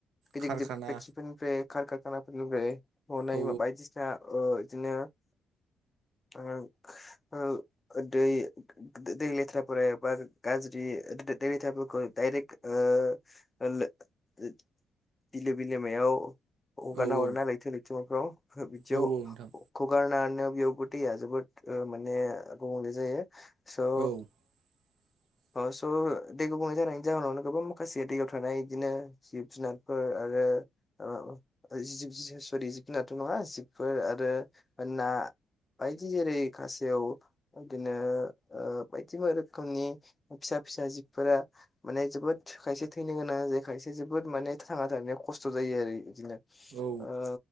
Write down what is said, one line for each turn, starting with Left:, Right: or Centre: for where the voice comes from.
Left: गिदिर
Right: कारखाना
Left: गिदिर फक्ट्रिफोरनिफ्राय कारकखानाफोरनिफ्रायनाय
Right: औ
Left: बायदिसिना ओदिनो ओ ओ ओ दै द-द-दै लेथ्राफोरा एबा गारज्रि नि द-द-दै लेथ्राफोरखौ डाइरेक्ट ओ ओ लो ओ बिलो बिलिमायाव अ-अगारना
Right: औ
Left: हरो
Right: औ
Left: नालायथो नों <unintelligible> फ्राव हो बिदिआव
Right: औ औ नोंथां
Left: अ खगारनान ना बेयावबो दैया जोबोद ओ माने गुबुंले जायो स
Right: औ <inaudible>
Left: ओ स' दै गुबुंले जानायनि जाहोनावनो गोबां माखासे दैयाव थानाय इदिनो जिब जुनारफोर आरो रो ओ ओ जिब-जिब स'रि जिब जुनाथ' नङा जिबफोर आरो ओ ना बायदि जेरै खासेव इदिनो ओ बायदि मो रोखोमनि फिसा फिसा जिबफोरा माने जोबोद खायसे थैनो गोनां जायो खायसे जोबोद माने थांना थानायाव खस्थ' जा जायो आरो इ-इदिनो
Right: औ
Left: ओ